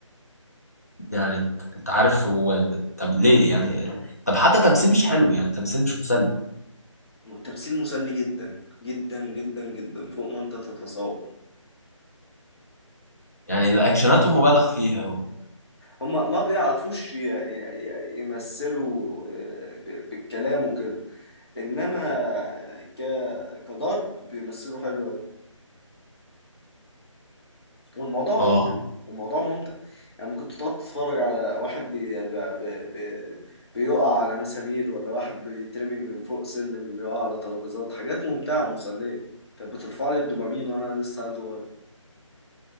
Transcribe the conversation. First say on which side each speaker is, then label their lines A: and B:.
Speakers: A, on the left; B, on the left.
A: يعني انت انت عارف هو ب- طب ليه يعني طب حتى تمثيل مش حلو يعني تمثيل مش مسلي
B: م- تمثيل مسلي جدا جدا جدا جدا فوق ما انت تتصور
A: يعني الاكشناتهم مبالغ فيها و...
B: هما ما بيعرفوش ي- ي- ي- يمثلوا آه، ب- بالكلام وكده انما ك... كضرب بيمثلوا حلو أوي. والموضوع ممتع
A: اه
B: والموضوع ممتع يعني ممكن تقعد تتفرج على واحد بي بي بي بي بيقع على مسامير ولا واحد بيترمي من فوق سلم يقع على ترابيزات حاجات ممتعة ومسلية كانت بترفع لي الدوبامين وانا لسه عيل صغير